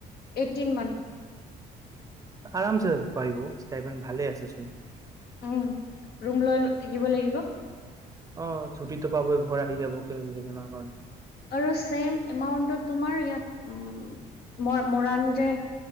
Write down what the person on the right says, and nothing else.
আৰামচে পাৰিব ষ্টাইপেন ভালে আছে চোন
অ ছুটীটো পাবই ঘৰ আহি যাব কেইদিনমানৰ কাৰণে